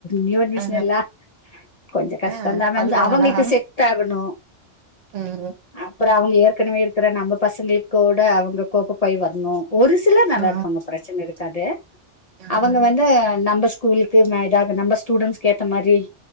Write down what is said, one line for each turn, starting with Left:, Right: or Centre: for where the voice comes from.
Left: நியூ அட்மிஷன்லா
Right: ஆ
Left: கொஞ்சோ கஷ்டதா
Right: ஆ
Left: மேம்
Right: அழுதாகளா
Left: அவங்களுக்கு செட் ஆகணு
Right: ம்
Left: அப்புறோ அவங்க ஏற்கனவே இருக்கிற நம்ம பசங்க கூட அவங்க கோப்ப் ஆய் வர்ணும் ஒரு சிலர் நல்லா
Right: ஆ
Left: இருப்பாங்க பிரச்சன இருக்காது
Right: ஆ
Left: அவங்க வந்து நம்ப ஸ்கூல் <unintelligible> நம்ம ஸ்டூட்ன்ஸ் ஏத்த மாரி